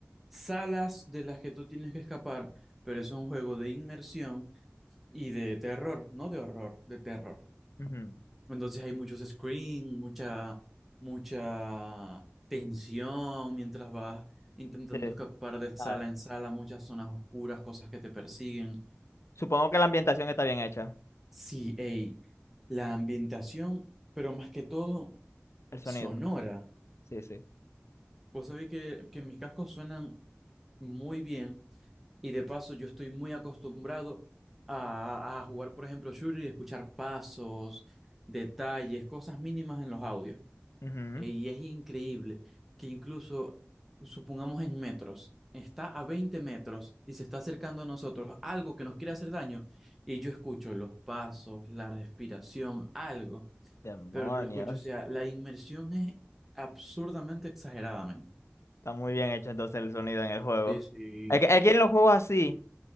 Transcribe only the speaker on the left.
Ujú,
Sí.
Ah,
supongo que la ambientación está bien hecha,
el sonido.
Sí, sí.
Ujú.
Demonios.
Está muy bien hecho entonces el sonido en el juego.
Es que, es que en los juegos así